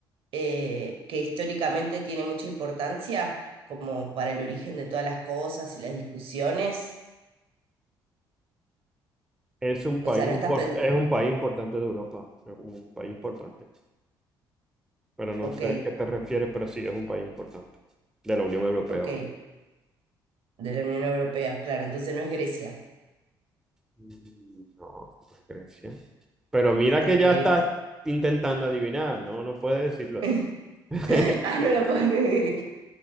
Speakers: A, on the right (about 50°); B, in the centre.
A: eh, que históricamente tiene mucha importancia, como para el origen de todas las cosas y las discusiones.
B: Es un país
A: O sea, no
B: import-
A: estás pensando...
B: es un país importante de Europa, es un país importante, pero no
A: Ok,
B: sé a qué te refieres, pero sí es un país importante de la Unión Europea,
A: Ok,
B: vamos.
A: de la Unión Europea, claro, entonces no es Grecia.
B: Mm, No, no es Grecia. Pero mira
A: Ok.
B: que ya estás intentando adivinar, no, no puedes decirlo así.
A: <laughs>
B: <laughs>
A: Ah, no lo puedo. <laughs> Me-